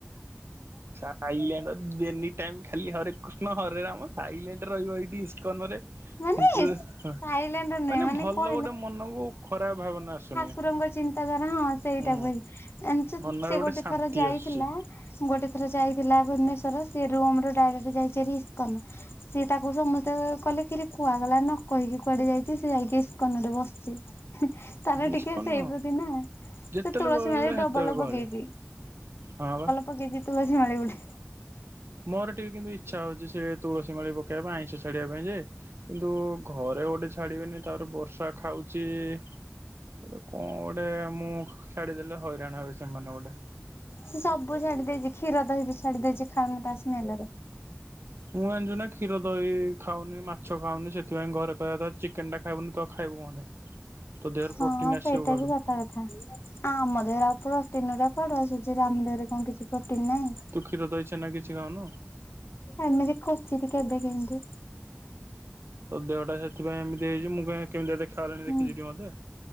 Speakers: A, on the right; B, on the left.
A: ସାଇଲାଣ୍ଡ ଏନି ଟାଇମ୍ ଖାଲି ହରେକୃଷ୍ଣ ହରେ ରାମ ସାଇଲାଣ୍ଟ୍ ରେ ରହିବ ଏଇଠି କନ ରେ
B: ମାନେ
A: ମାନେ
B: ଥାଇଲାଣ୍ଡ ନୁହେଁ ମାନେ
A: ଭଲ
B: କଣ
A: ଗୋଟେ ମନକୁ ଖରାପ ଭାବନା ଆସୁନି।
B: କୁକୁରଙ୍କ ଚିନ୍ତାଧାରା ହଁ ସେଇଟା
A: ହୁଁ।
B: କ ହ ଏମି
A: ମନରେ
B: ସେ ଗୋଟେ
A: ଶାନ୍ତି
B: ଥର ଯାଇଥିଲା
A: ଆସୁଛି
B: ଗୋଟେ ଥର ଯାଇଥିଲା ଭୁନେଶ୍ୱର ସେ ରୋମ୍ ରୁ ଡ଼ାଇରେକ୍ଟ ଯାଇଚି ହେରି ଇସ୍କନ। ସିଏ ତାକୁ ସମତେ କହଲେ କିରି କୁହାଗଲା ନ କହିକି କୁଆଡେ ଯାଇଛି ସେ ଯାଇକି ଇସ୍କନ ରେ ବସିଛି। ତାର
A: ଇସ୍କନ
B: ଟିକେ ସେଇ ପ୍ରତି ନା।
A: ଯେତେବେଳେ
B: ସେ ତୁଳସୀ
A: ଗହଳି
B: ମାଳି
A: ସେତେବେଳେ
B: ଡବଲ
A: ଗହଳି।
B: ପକେଇଛି।
A: ହଁ ବା।
B: ପକେଚି ତୁଳସୀ ମାଳି ଗୋଟେ।
A: ମୋର ଟିକେ କିନ୍ତୁ ଇଚ୍ଛା ହଉଛି ସେ ତୁଳସୀ ମାଳି ପକବା ଆଇଁଷ ଛାଡିବା ପାଇଁ ଯେ କିନ୍ତୁ ଘରେ ଗୋଟେ ଛାଡିବେନି ତାପରେ ବର୍ଷା ଖାଉ ଚି କଣ ଗୋଟେ ମୁଁ ଛାଡିଦେଲେ ହଇରାଣ ହେବ ସେମାନେ ଗୋଟେ।
B: ସେ ସବୁ ଛାଡି ଦେଇେଛି କ୍ଷୀର ଦହି ବି ଛାଡି ଦେଇେଛି ଖାଉନି ତା ସ୍ମେଲ ରେ।
A: ମୁଁ ଜାଣିଛୁ ନା କ୍ଷୀର ଦହି ଖାଉନି ମାଛ ଛ ଖାଉନି ସେଥିପାଇଁ ଘରେ କହିଆ କଥା ଚିକେନ ଟା ଖାଇବୁନ୍ ତ ଖାଇବୁ କଣ୍ଟା? ତୋ ଦେହର
B: ହଁ
A: ପ୍ରୋଟିନ୍ ଆସିବ
B: ସେଇଟା
A: କୁଆଡୁ?
B: ବି ସତ କଥା ଆଉ ଆମ ଦେହରେ ଆଉ ପ୍ରୋଟିନ୍ ରା କୁଆଡୁ ଆସୁଛି ଆମ ଦେହରେ କଣ କିଛି ପ୍ରୋଟିନ ନାହିଁ?
A: ତୁ କ୍ଷୀର, ଦହି, ଛେନା କିଛି ଖାଉନୁ?
B: ଏମିତି କୋଚିତି କେବେ କେମିତି।
A: ତ ଦେହଟା ସେଥିପାଇଁ ଏମିତି ହେଇଛି ମୁଁ କେମିତି ଦେଖା ହେଲାଣି ଦେଖିଛିି
B: ହୁଁ
A: ଟି ମତେ?